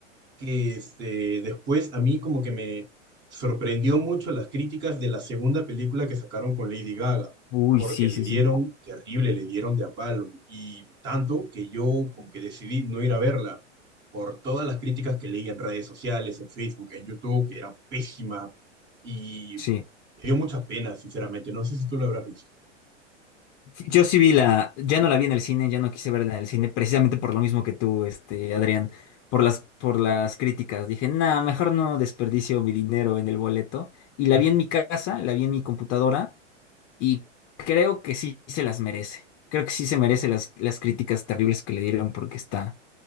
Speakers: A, on the right; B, on the left.
A: que este, después a mí como que me sorprendió mucho las críticas de la segunda película que sacaron con Lady Gaga,
B: Uy,
A: porque
B: sí,
A: le
B: sí,
A: dieron
B: sí.
A: terrible, le dieron de a palo, y tanto que yo como que decidí no ir a verla por todas las críticas que leí en redes sociales, en Facebook, en YouTube, que era pésima, y
B: Sí.
A: me dio mucha pena, sinceramente, no sé si tú lo habrás visto.
B: Yo sí vi la, ya no la vi en el cine, ya no quise verla en el cine, precisamente por lo mismo que tú, este, Adrián, por las, por las críticas. Dije, nada, mejor no desperdicio mi dinero en el boleto. Y la
A: <laughs>
B: vi en mi casa, la vi en mi computadora, y creo que sí se las merece. Creo que sí se merece las, las críticas terribles que le dieron porque está,